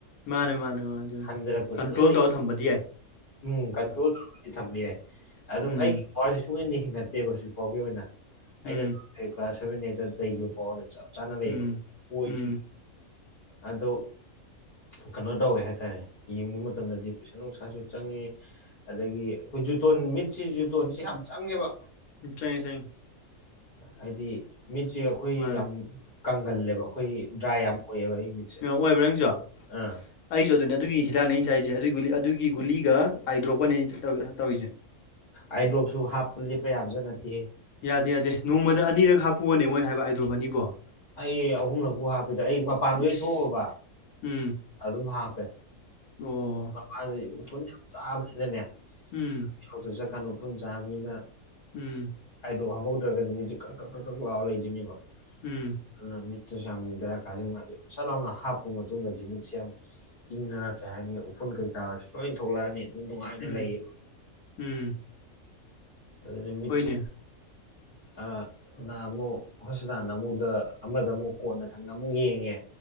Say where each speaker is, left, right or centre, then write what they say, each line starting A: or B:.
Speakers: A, on the left (about 85°); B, on the left (about 45°).
A: ꯃꯥꯅꯦ ꯃꯥꯅꯦ ꯃꯥ ꯑꯗꯨꯅꯤ
B: ꯍꯟꯊꯔꯛꯄ
A: ꯀꯟꯇ꯭ꯔꯣꯜ
B: ꯁꯨꯡꯂꯩ ꯂꯩ
A: ꯇꯧꯔ ꯊꯝꯕꯗꯤ ꯌꯥꯏ
B: ꯎꯝ ꯀꯟꯇ꯭ꯔꯣꯜ ꯇꯧꯔꯒꯗꯤ ꯊꯝꯕ ꯌꯥꯏ ꯑꯗꯨꯝ
A: ꯎꯝ
B: ꯑꯩꯒꯤ ꯄꯋꯥꯔꯁꯦ ꯁꯨꯡꯍꯦꯟꯗꯤ ꯍꯦꯟꯒꯠꯇꯦꯕ ꯍꯧꯖꯤꯛꯐꯥꯎꯒꯤ ꯑꯣꯏꯅ ꯑꯩꯅ
A: ꯎꯝ
B: ꯀ꯭ꯂꯥꯁ ꯁꯚꯦꯟ ꯑꯩꯠꯇ ꯇꯩꯈꯤꯕ ꯄꯥꯎꯗ ꯆꯞ ꯆꯥꯅ ꯂꯩꯕ
A: ꯎꯝ
B: ꯑꯣꯏꯁꯨ
A: ꯎꯝ
B: ꯑꯗꯣ ꯀꯩꯅꯣ ꯇꯧꯋꯦ ꯍꯥꯏꯇꯥꯔꯦ ꯌꯦꯡꯕ ꯃꯇꯝꯗꯗꯤ ꯄꯩꯁꯥ ꯅꯨꯡꯁꯥꯁꯨ ꯆꯪꯉꯦ ꯑꯗꯒꯤ ꯑꯩꯈꯣꯏ ꯖꯨꯇꯣꯟ ꯃꯤꯠꯁꯤ ꯖꯨꯇꯣꯟꯁꯤ ꯌꯥꯝ ꯆꯪꯉꯦꯕ
A: ꯆꯥꯏ ꯆꯍꯤ
B: ꯍꯥꯏꯗꯤ ꯃꯤꯠꯁꯦ ꯑꯩꯈꯣꯏ
A: ꯃꯥꯅꯦ
B: ꯌꯥꯝ ꯀꯪꯒꯜꯂꯦꯕ ꯑꯩꯈꯣꯏ ꯗ꯭ꯔꯥꯏ ꯌꯥꯝ ꯑꯣꯏꯌꯦꯕ ꯑꯩ ꯃꯤꯠꯁꯦ
A: ꯑꯣꯏꯕ꯭ꯔ ꯅꯪꯖꯣ
B: ꯑꯥ
A: ꯑꯩꯁꯨ ꯑꯗꯨꯅꯦ ꯑꯗꯨꯒꯤ ꯍꯤꯗꯥꯛ ꯂꯩꯩꯅ ꯆꯥꯏꯔꯤꯁꯦ ꯑꯗꯨꯒꯤ ꯒꯨ ꯑꯗꯨꯒꯤ ꯒꯨꯂꯤꯒ ꯑꯥꯏꯗꯣꯔꯣꯛꯄꯅꯦ ꯑꯩ ꯇꯧ ꯇꯧꯔꯤꯁꯦ
B: ꯑꯥꯏꯗ꯭ꯔꯣꯞꯁꯨ ꯍꯥꯞꯄ ꯂꯦꯞꯄ ꯌꯥꯖ ꯅꯠꯇꯦ
A: ꯌꯥꯗꯦ ꯌꯥꯗꯦ ꯅꯣꯡꯃꯗ ꯑꯅꯤꯔꯛ ꯍꯥꯞꯄꯨꯑꯣꯅꯦ ꯃꯣꯏ ꯍꯥꯏꯕ ꯑꯏꯗ꯭ꯔꯣꯕ ꯑꯅꯤꯕꯣ
B: ꯑꯩ ꯑꯍꯨꯝꯂꯛꯄꯨ ꯍꯥꯞꯄꯤꯗ ꯑꯩ ꯃꯄꯥꯟ ꯍꯦꯛ
A: ꯏꯁ
B: ꯊꯣꯛꯎꯔꯕ
A: ꯎꯝ
B: ꯑꯗꯨꯝ ꯍꯥꯞꯄꯦ
A: ꯑꯣ
B: ꯃꯄꯥꯟꯁꯤ ꯎꯐꯨꯜ ꯌꯥꯝ ꯆꯥꯕꯅꯤꯅꯅꯦ <unintelligible>
A: ꯎꯝ
B: ꯆꯠꯀꯥꯟꯗ ꯎꯐꯨꯜ ꯆꯥꯕꯅꯤꯅ
A: ꯎꯝ
B: ꯑꯥꯏ ꯗꯔꯣꯞ ꯍꯥꯞꯍꯧꯗ꯭ꯔꯒꯗꯤ ꯃꯤꯁꯦ ꯀꯔꯛ ꯀꯔꯛ ꯀꯛ ꯂꯥꯎꯔ ꯂꯩꯗꯣꯏꯅꯦꯕ
A: ꯎꯝ
B: ꯑꯗꯨꯅ ꯃꯤꯠꯇꯁꯨ ꯌꯥꯝ ꯕꯦꯔ ꯀꯥꯁꯤ ꯑꯗꯨ ꯁꯠ ꯂꯥꯎꯅ ꯍꯥꯞꯄ ꯃꯇꯨꯡꯗꯗꯤ ꯃꯤꯠꯁꯦ ꯌꯥꯝ ꯏꯗꯅ ꯀꯩ ꯍꯥꯏꯅꯤ ꯎꯐꯨꯜ ꯀꯩꯀꯥꯁꯨ ꯂꯣꯏ ꯊꯣꯛꯂꯛꯑꯅꯤ ꯑꯗꯨꯝ ꯅꯨꯡꯉꯥꯏꯅ
A: ꯎꯝ
B: ꯂꯩꯌꯦ
A: ꯎꯝ
B: ꯑꯗꯨꯗꯤ ꯃꯤꯠꯆꯤ
A: ꯍꯣꯏꯅꯦ
B: ꯑꯥ ꯅꯍꯥꯟꯃꯨꯛ ꯍꯣꯁꯄꯤꯇꯥꯜ ꯑꯃꯨꯛꯗ ꯑꯃꯗ ꯑꯃꯨꯛ ꯀꯣꯟꯅ ꯊꯪꯅ ꯑꯃꯨꯛ ꯌꯦꯡꯉꯦ